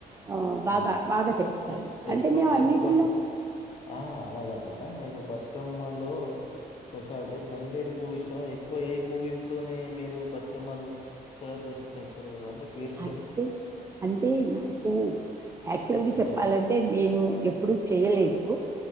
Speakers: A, on the right; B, on the left.
A: ఆ బాగా
B: హ్మ్.
A: బాగా చేస్తారు
B: ఎ ఎక్కువ
A: అంటే మేము అన్నిటిని
B: ఎక్కువ ఆ అలా కాదు మేడం మీకు బతుకమ్మలో స్పెషాలిటీ తంగేడి పువ్వు ఇష్టం ఎక్కువ ఏ పువ్వు ఇస్తనే మీరు బతుకమ్మలు సెలబ్రేషన్ చేస్తారు అంటే పేరుస్తారు?
A: అంటే అంటే నాకు యాక్చువల్గా
B: అంటే
A: చెప్పాలంటే ంట నేను ఎప్పుడుూ చేయలేదు